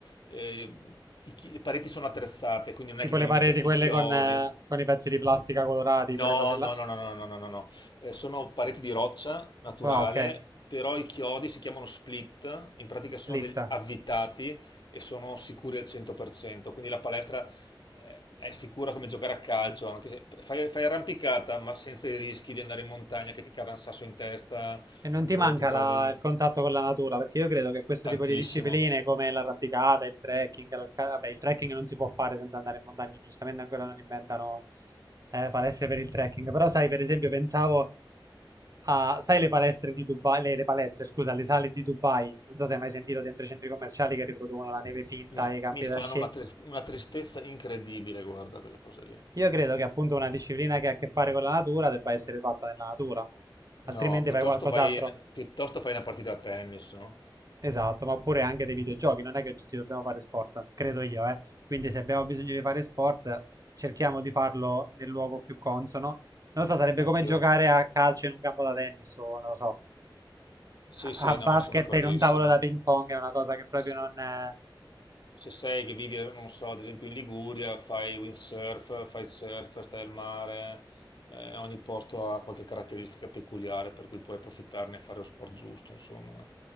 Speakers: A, on the left; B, on the right.
A: eh, i chi- le pareti sono attrezzate, quindi non
B: Tipo
A: è che
B: le
A: devi
B: pareti
A: metterti
B: quelle
A: i chiodi.
B: con, eh, con i pezzi di plastica colorati,
A: No,
B: quelle cose là.
A: no, no, no, no, no, no, no, no. Eh, sono pareti di roccia naturale,
B: Ah, ok.
A: però i chiodi si chiamano split, in pratica
B: Split.
A: sono degli avvitati e sono sicuri al 100%, quindi la palestra eh, è sicura come giocare a calcio, anche se fai, fai arrampicata, ma senza i rischi di andare in montagna che ti cada un sasso in testa
B: E non ti
A: o
B: manca
A: ti trovi
B: la-
A: in-
B: il contatto con la natura, perché io credo che questo
A: tantissimo.
B: tipo di discipline come l'arrampicata, il trekking, l'alca- vabbè, il trekking non si può fare senza andare in montagna, giustamente ancora non inventano eh, palestre per il trekking, però sai, per esempio, pensavo a- sai le palestre di Dubai, le, le palestre, scusa, le sale di Dubai, non so se hai mai sentito dentro i centri commerciali che riproducono la neve finta
A: Mi,
B: e i campi
A: mi fanno
B: da sci.
A: una, tris- una tristezza incredibile, guarda quelle cose lì.
B: Io credo che appunto una disciplina che ha a che fare con la natura debba essere fatta nella natura, altrimenti
A: No, piuttosto
B: fai qualcos'altro.
A: fai, piuttosto fai una partita a tennis, no?
B: Esatto, ma oppure anche dei videogiochi, non è che tutti dobbiamo fare sport, credo io, eh. Quindi se abbiamo bisogno di fare sport, cerchiamo di farlo nel luogo più consono. Non lo so, sarebbe
A: Anch'io.
B: come giocare a calcio in un campo da tennis o non lo so.
A: Sì,
B: a
A: sì,
B: a
A: no,
B: basket
A: ma sono d'accordissimo.
B: in un tavolo da ping pong è una cosa che proprio
A: Sì.
B: non è...
A: Se sei che vivi, non so, ad esempio in Liguria, fai windsurf, fai surf, stai al mare, eh, ogni posto ha qualche caratteristica peculiare per cui puoi approfittarne e fare lo sport giusto, insomma.